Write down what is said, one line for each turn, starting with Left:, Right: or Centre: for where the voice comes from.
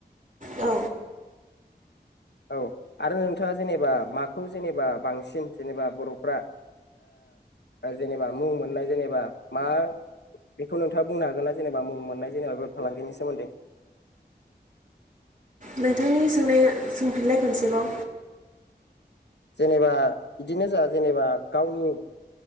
Right: औ
Left: औ आरो नोंथाङा जेनेबा माखौ जेनेबा बांसिन जेनेबा बर'फ्रा आ जेनेबा मुं मोननाय जेनेबा मा बेखौ नोंथाङा बुंनो हागोना जेनेबा मुं मोननाय जेनेबा बेफार फालांगिनि सोमोन्दै।
Right: नोंथांनि सोंनाया सोंफिनलनाय खनसेबाव।
Left: जेनेबा बिदिनो जोंहा जेनेबा गावनि